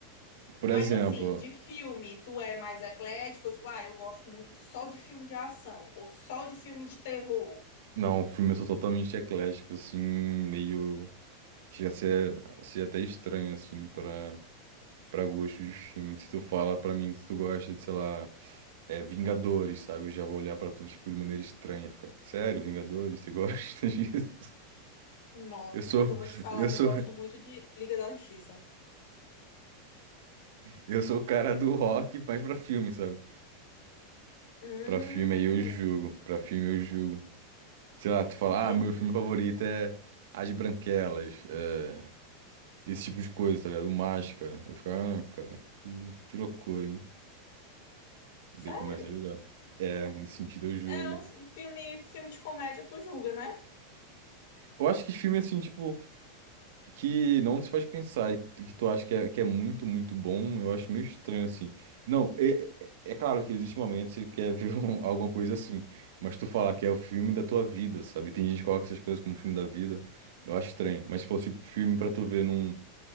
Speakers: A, on the right (about 75°); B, on the left (about 70°).
A: Por
B: Mas
A: exemplo,
B: assim, de filme, tu é mais eclético? Tipo, ah, eu gosto muito de- só de filme de ação, ou só de filme de terror.
A: não, o filme eu sou totalmente eclético, assim, meio. Chega a ser, a ser até estranho, assim, pra, pra gostos de filme. Se tu fala pra mim que tu gosta de, sei lá, é, Vingadores, sabe? Eu já vou olhar pra tu, tipo, de maneira estranha. Ficar, sério, Vingadores, você gosta <laughs> disso?
B: Nossa,
A: Eu sou.
B: pois eu vou te falar
A: Eu
B: que
A: sou
B: eu gosto muito de Liga da Justiça.
A: Eu sou o cara do rock, mas pra filme, sabe?
B: Hum,
A: Pra filme aí eu julgo. Pra filme eu julgo. Sei lá, tu fala,
B: entendi.
A: ah, meu filme favorito é As Branquelas, é... esse tipo de coisa, tá ligado? O Máscara. Eu fico, ah, cara, que, que loucura, hein? Daí
B: Sério?
A: começa a julgar. É, nesse sentido eu julgo.
B: É um filme, filme de comédia, tu julga, né?
A: Eu acho que filme, assim, tipo. que não te faz pensar e que tu acha que é, que é muito, muito bom, eu acho meio estranho assim. Não, é, é é claro que existe momentos que você quer ver um- <laughs> alguma coisa assim, mas tu falar que é o filme da tua vida, sabe? Tem gente que coloca essas coisas como filme da vida, eu acho estranho. Mas se fosse filme pra tu ver num